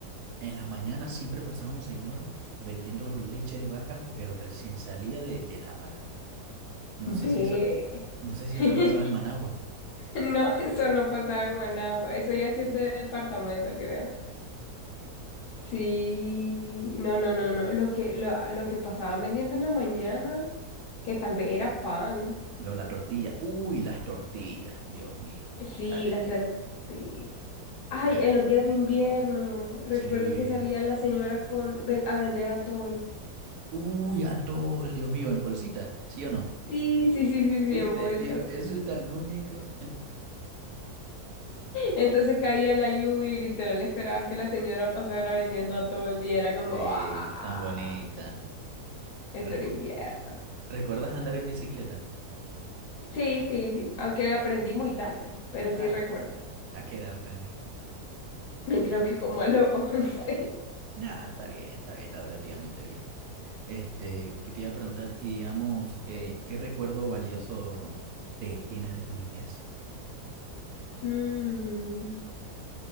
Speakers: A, on the right (about 75°); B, on the left (about 75°).
A: en las mañanas siempre pasaba un señor vendiendo leche de vaca, pero recién salía de, de la vaca. No
B: Ve.
A: sé si eso, no sé
B: <laughs>
A: si eso pasaba en Managua.
B: No, eso no pasaba en Managua. Eso ya sí es de departamento, creo. Sí, no, no, no, no. Lo que, lo, lo que pasaban vendiendo en la mañana, que tal vez era pan.
A: Lo, la tortilla, uy, las tortillas, Dios mío,
B: Sí,
A: calentica.
B: las tortillas. Ay,
A: Ya-
B: en los días de invierno, recuerdo
A: Sí.
B: que salía la señora con, ve- a vender atol.
A: Uy, atol, Dios mío, en bolsita, ¿sí o no?
B: Sí, sí, sí, sí, sí,
A: ¿Viste,
B: en bolsa.
A: tío? Eso es tan único.
B: Entonces caía la lluvia y literal esperabas que la señora pasara vendiendo atol y era como,
A: Sí,
B: ah,
A: tan bonita.
B: esto
A: Recu-
B: era invierno.
A: ¿Recuerdas andar en bicicleta?
B: Sí, sí, sí, aunque aprendí muy tarde, pero sí
A: Ah,
B: recuerdo.
A: ¿a qué edad aprendiste?
B: <laughs> Creo que como a los once
A: Ah, está bien, está bien, está relativamente bien. Este, que te iba a preguntar, y digamos, eh, ¿qué recuerdo valioso te tienes de tu niñez?
B: Mm.